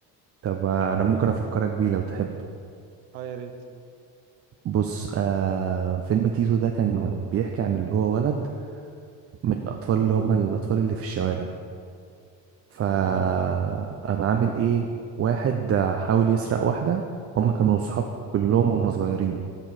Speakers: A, on the right (about 30°); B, on the right (about 85°).
A: طب آه، انا ممكن افكرك بيه لو تحب
B: اه يا ريت
A: بص آه فيلم تيتو ده كان بيحكي عن اللي هو ولد من الاطفال اللي هم الاطفال اللي في الشوارع فقام
B: تمام
A: عامل ايه واحد آه، حاول يسرق واحدة هم كانوا صحاب كلهم هم صغيرين